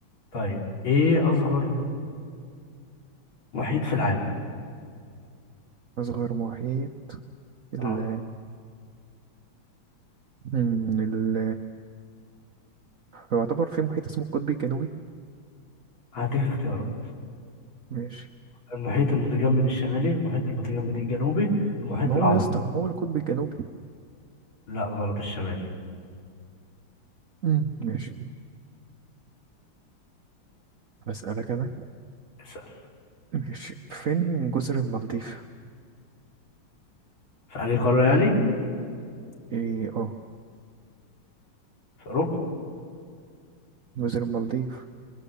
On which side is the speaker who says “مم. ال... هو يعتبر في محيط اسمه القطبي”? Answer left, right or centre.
Right